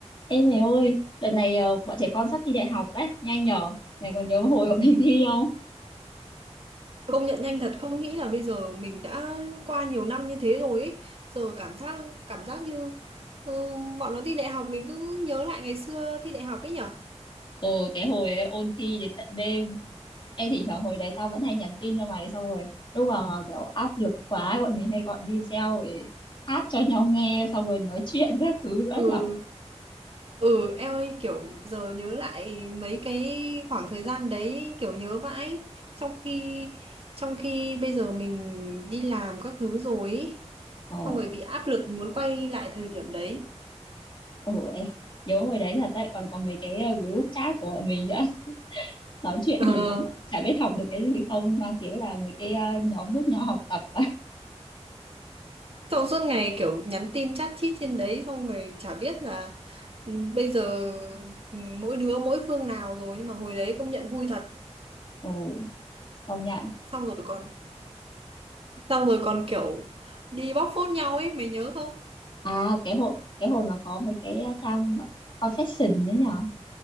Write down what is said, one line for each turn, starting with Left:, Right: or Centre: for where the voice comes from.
Left: Ê mày ơi, đợt này ờ, bọn trẻ con sắp thi đại học đấy, nhanh nhở. Mày còn nhớ hồi bọn mình thi không?
Right: Công nhận nhanh thật không nghĩ là bây giờ mình đã qua nhiều năm như thế rồi ý. Giờ cảm giác cảm giác như ừ, bọn nó thi đại học mình cứ nhớ lại ngày xưa thi đại học ấy nhở
Left: Ờ, cái hồi ấy, ôn thi đến tận đêm. Ê, thỉnh thoảng hồi đấy tao vẫn hay nhắn tin cho mày xong rồi. Lúc mà mà kiểu áp lực quá, bọn mình hay gọi video để hát cho nhau nghe xong rồi nói chuyện các thứ nữa
Right: Ừ.
Left: nhở.
Right: ừ em ơi kiểu giờ nhớ lại mấy cái khoảng thời gian đấy kiểu nhớ vãi trong khi trong khi bây giờ mình đi làm các thứ rồi ý.
Left: Ờ,
Right: xong rồi bị áp lực muốn quay lại thời điểm đấy
Left: ờ, ê, nhớ hồi đấy thật đấy, còn có mấy cái ờ, group chat của bọn mình nữa. <laughs> Nói chuyện
Right: ờ
Left: thì lắm, chả biết học được cái gì không, mang tiếng là mấy cái ờ, nhóm giúp nhau học tập á.
Right: Xong suốt ngày kiểu nhắn tin chat chít trên đấy xong rồi chả biết là ừ, bây giờ ừ, mỗi đứa mỗi phương nào rồi nhưng mà hồi đấy công nhận vui thật.
Left: Ồ, công nhận.
Right: Xong rồi còn xong rồi còn kiểu đi bóc phốt nhau ấy, mày nhớ không?
Left: à cái hồi cái hồi mà có mấy cái à, trang gọi- confession đấy nhở